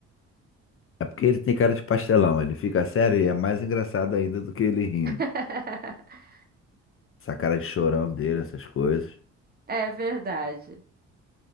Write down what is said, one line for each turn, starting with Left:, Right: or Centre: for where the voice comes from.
Left: É porque ele tem cara de pastelão, ele fica sério e é mais engraçado ainda do que ele rindo.
Right: <laughs>
Left: Essa cara de chorão dele, essas coisas.
Right: É verdade.